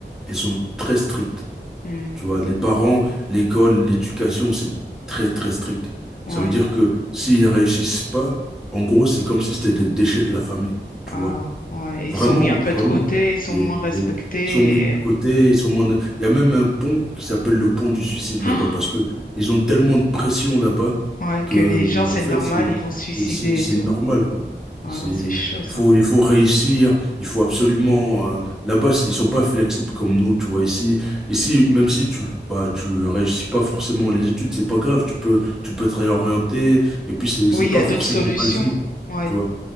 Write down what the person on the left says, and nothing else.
Hmm,
ouais.
Ah,
ouais,
ils sont mis un peu
de côté, ils sont
moins respectés.
et-
<gasps>
Ah,
ouais, que
les gens, c'est
normal,
ils vont se suicider
et tout.
Ah
non, c'est chaud
ça.
Oui,
il
y a d'autres
solutions.
Ouais,